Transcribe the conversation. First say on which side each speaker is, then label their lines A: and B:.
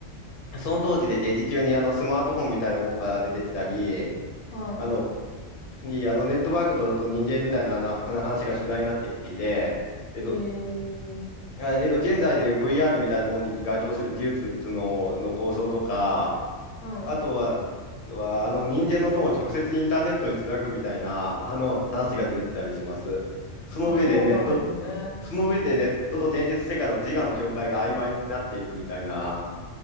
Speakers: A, on the left; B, on the left.
A: その当時でデジ中にあのスマートフォンみたいなものが出てきたり、
B: は
A: あの、にあのネットワークと、と人間みたいな、なな話が主題になっていて、えっと、
B: い。えー、
A: あえっと、現在でいう VR みたいなものに該当する技術の、の構想とか、
B: はい。
A: あとは、はあの人間の脳を直接インターネットにつなぐみたいなあの話が出てきたりします。
B: うん。
A: その上でネット、
B: あ、そうなんですね。
A: その上でネットと現実世界の自我の境界が曖昧になっていくみたいな、